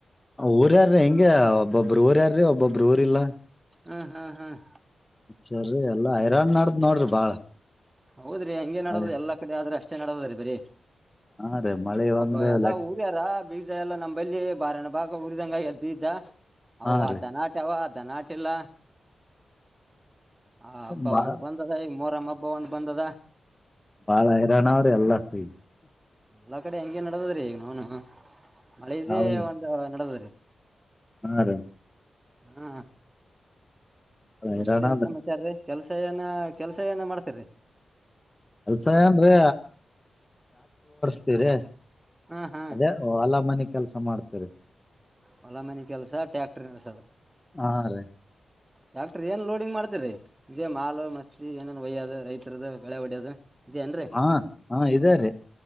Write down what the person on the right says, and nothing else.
ಹ್ಮ್ ಹ್ಮ್ ಹ್ಮ್
ಹೌದ್ರಿ ಹಂಗೆ ನಡೋದು
ಎಲ್ಲ ಕಡೆ ಆದ್ರೆಷ್ಟ ನೇಡದ್ರಿ ಬ್ರರಿ
ಒಬ್ಬ
ಎಲ್ಲಾ
ಊರ್ಯಾರ ಬೀಜ ಎಲ್ಲಾ ನಮ್ಮ್ಲ್ಲಿ ಬಾರಣ ಬಾ ಉರಿದಂಗ ಬೀಜ ಅವ
ದನಟ್ಟವ ನಾಟಿಲ್ಲ ಆ ಹಬ್ಬ
ಒಂದ್ ಬಂದದ ಈಗ ಮೊರಮ್ಮ ಹಬ್ಬ ಒಂದ್ ಬಂದದ
ಎಲ್ಲ ಕಡೆ ಹಂಗಗೆ ನಡದದ್ರಿ ಈಗ ನೋನು ಮಳೆದೇ
ಒಂದ ನಡದ್ರಿ
ಹಾ
ಮತ್ತೇನ್
ಸಮಾಚಾರ ರೀ ಕೆಲ್ಸ ಏನ ಕೆಲ್ಸ ಏನ ಮಾಡ್ತೇರಿ
ಹಾ ಹಾ
ಹೊಲಮನೆ ಕೆಲ್ಸ ಟ್ಯಾಕ್ಟರ್ ನಿಳ್ಸೋದು
ಟ್ರ್ಯಾಕ್ಟರ್ ಏನ್ ಲೋಡಿಂಗ್ ಮಾಡ್ತರಿ ಇದೇ ಮಾಲ್ ಮಸ್ತಿ ಏನೇನ್ ಒಯ್ಯದ ರೈತರದ ಬೆಳೆ ಹೊಡ್ಯೋದು ಮಾತೇನ್ರೀ